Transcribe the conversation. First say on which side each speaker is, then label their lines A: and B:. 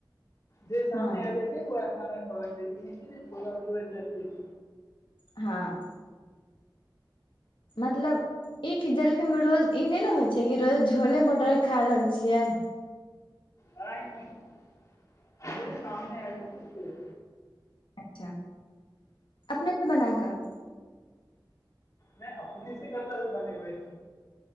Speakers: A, on the left; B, on the left.
A: जे सामने
B: हँ
A: आबि जाइ छै जे ओहा खाना खेबाक चाही ई नै छै जे छोला भटोरा जाह चीज
B: हाँ मतलब ई कि जलखैमे रोज ई नै ने होइ छै की रोज छोले भटोरे खा रहल छियै
A: नहि नहि जे सामने आयब जेतै से
B: अच्छा अपनेसँ बना कऽ
A: नहि अपने सऽ कतहसँ बनेबै